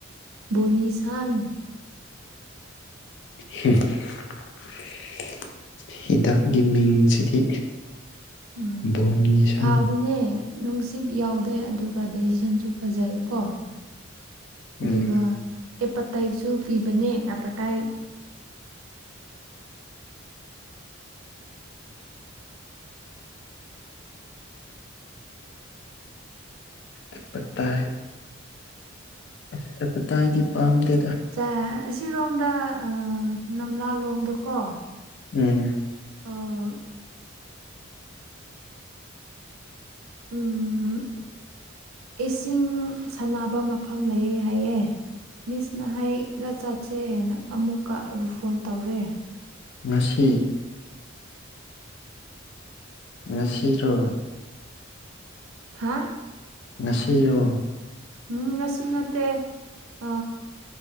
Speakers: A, on the right; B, on the left.
A: ꯕꯨꯅꯤꯁꯟ
B: <inaudible> ꯍꯤꯗꯥꯛꯒꯤ ꯃꯤꯡꯁꯤꯗꯤ
A: ꯎꯝ
B: ꯕꯣꯅꯤꯁꯟ
A: ꯐꯕꯅꯦ ꯅꯨꯡꯁꯤꯠ ꯌꯥꯎꯗꯦ ꯑꯗꯨꯒ ꯗꯦꯁꯤꯖꯟꯁꯨ ꯐꯖꯩꯀꯣ ꯑꯗꯨꯒ
B: ꯎꯝ
A: ꯑꯦꯄꯥꯇꯥꯏꯁꯨ ꯄꯤꯕꯅꯦ ꯑꯦꯄꯇꯥꯏ
B: ꯑꯦꯄꯠꯇꯥꯏꯠ ꯍꯥꯏ <unintelligible> ꯀꯥꯏꯒꯤ ꯄꯥꯝꯗꯦ
A: ꯆ ꯁꯤꯔꯣꯝꯗ ꯅꯝꯂꯥꯂꯣꯡꯗꯀꯣ
B: ꯎꯝ
A: ꯑ ꯎꯝ ꯏꯁꯤꯡ ꯁꯥꯟꯅꯕ ꯃꯐꯝ ꯂꯩ ꯍꯥꯏꯌꯦ ꯃꯤꯁꯅ ꯍꯥꯏꯒ ꯆꯠꯁꯦꯅ ꯑꯃꯨꯛꯀ ꯑꯩꯕꯨ ꯐꯣꯟ ꯇꯧꯔꯦ
B: ꯉꯁꯤ ꯉꯁꯤꯔꯣ
A: ꯍꯥ
B: ꯉꯁꯤꯔꯣ
A: ꯎꯝ ꯉꯁꯤ ꯅꯠꯇꯦ ꯑ